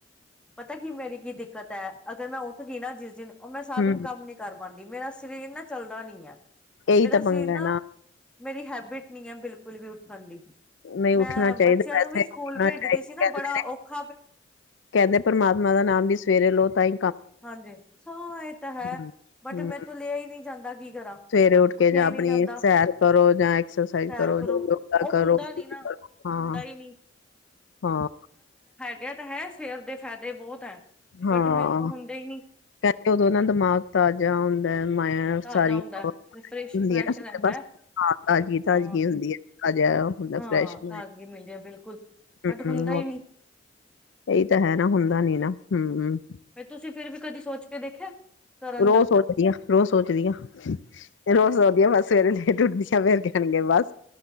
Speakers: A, in the centre; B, on the left.
A: ਪਤਾ ਕੀ ਮੇਰੀ ਕੀ ਦਿੱਕਤ ਹੈ ਅਗਰ ਮੈਂ ਉੱਠ ਗਈ ਨਾ ਜਿਸ ਦਿਨ ਉਹ ਮੈਂ ਸਾਰ
B: ਹਮ
A: ਦਿਨ ਕੰਮ ਨੀ ਕਰ ਪਾਂਦੀ ਮੇਰਾ ਸਰੀਰ ਨਾ ਚੱਲਦਾ ਨੀ ਆ
B: ਇਹੀ
A: ਮੇਰਾ
B: ਤਾਂ ਪੰਗਾ
A: ਸਰੀਰ ਨਾ
B: ਹੈ
A: ਮੇਰੀ ਹੈਬਿਟ ਹੈ ਬਿਲਕੁਲ ਵੀ ਉੱਠਣ ਦੀ
B: ਨਹੀਂ
A: ਮੈਂ
B: ਉੱਠਣਾ ਚਾਹੀਦਾ
A: ਬੱਚਿਆਂ
B: ਵੈਸੇ
A: ਨੂੰ ਵੀ ਸਕੂਲ
B: ਉੱਠਣਾ
A: ਭੇਜਦੀ
B: ਚਾਹੀਦਾ
A: ਸੀ ਨਾ
B: ਕਹਿੰਦੇ
A: ਬੜਾ
B: ਨੇ
A: ਔਖ
B: ਕਹਿੰਦੇ ਪਰਮਾਤਮਾ ਦਾ ਨਾਮ ਵੀ ਸਵੇਰੇ ਲੋ ਤਈ
A: ਹਾਂਜੀ ਸੋ ਇਹ ਤਾਂ ਹੈ
B: ਹਮ
A: ਬਟ ਮੇ ਤੋਂ ਲਿਆ ਹੀ ਨਹੀਂ ਜਾਂਦਾ ਕੀ ਕਰਾਂ
B: ਸਵੇਰੇ ਉੱਠ ਕੇ
A: ਉੱਠਿਆ
B: ਜਾਂ
A: ਹੀ
B: ਆਪਣੀ
A: ਨਹੀਂ ਜਾਂਦਾ
B: ਸੈਰ ਕਰੋ ਜਾਂ ਐਕਸਰਸਾਈਜ਼
A: ਸੈਰ
B: ਕਰੋ ਯੋਗਾ
A: ਉਹ
B: ਕਰੋ
A: ਹੁੰਦਾ ਨੀ ਨਾ
B: ਹਾਂ
A: ਹੁੰਦਾ ਹੀ ਨਹੀਂ
B: ਹਾਂ
A: ਕਿਹਾ ਤਾਂ ਹੈ ਸਵੇਰ ਦੇ ਫਾਇਦੇ ਬਹੁਤ ਹੈ।
B: ਹਾਂ
A: ਬਟ ਮੈਂ ਹੁੰਦੇ ਹੀ ਨਹੀਂ
B: ਕਹਿੰਦੇ ਉਦੋਂ ਨਾ ਦਿਮਾਗ ਤਾਜ਼ਾ ਹੁੰਦਾ ਮ
A: ਤਾਜ਼ਾ
B: ਸਾਰੀ
A: ਹੁੰਦਾ
B: ਹੁੰਦੀ
A: ਫਰੈਸ਼ ਫਰੈਸ਼
B: ਨਾ
A: ਰਹਿੰਦਾ
B: ਤਾਜ਼ਗੀ ਤਾਜ਼ਗੀ
A: ਹਾਂ
B: ਹੁੰਦੀ ਹੈ ਤਾਜ਼ਾ ਹੁੰਦਾ
A: ਹਾਂ
B: ਫਰੈਸ਼ ਮਾਇਂਡ
A: ਤਾਜ਼ਗੀ ਮਿਲਦੀ ਹੈ ਬਿਲਕੁਲ ਬਟ
B: ਹਮ
A: ਹੁੰਦਾ ਹੀ
B: ਹ
A: ਨਹੀਂ
B: ਇਹੀ ਤਾਂ ਹੈ ਨਾ ਹੁੰਦਾ ਨੀ ਨਾ ਹਮ <unintelligible> ਹਮ
A: ਫ ਤੁਸੀਂ ਫਿਰ ਵੀ ਕਦੀ ਸੋਚ ਕੇ ਦੇਖਿਆ ਕਰਨ
B: ਰੋਜ਼
A: ਦਾ
B: ਸੋਚਦੀਆਂ, ਰੋਜ਼ ਸੋਚਦੀਆਂ, ਰੋਜ਼ ਸੋਚਦੀਆਂ ਬਸ ਸਵੇਰੇ ਲੇਟ ਉੱਠਦੀ ਆ ਫਰ ਕੇਣਗੇ ਬਸ